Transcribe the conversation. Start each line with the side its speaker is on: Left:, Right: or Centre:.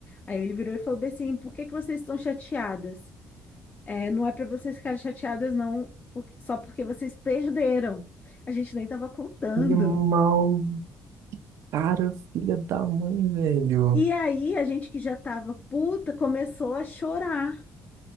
Left: Aí ele virou e falou bem assim, por que que vocês estão chateadas? É, não é pra vocês ficarem chateadas, não, por- só porque vocês perderam. A gente nem tava contando.
Right: Que mal. Cara, filha da mãe, velho.
Left: E aí a gente que já tava puta começou a chorar.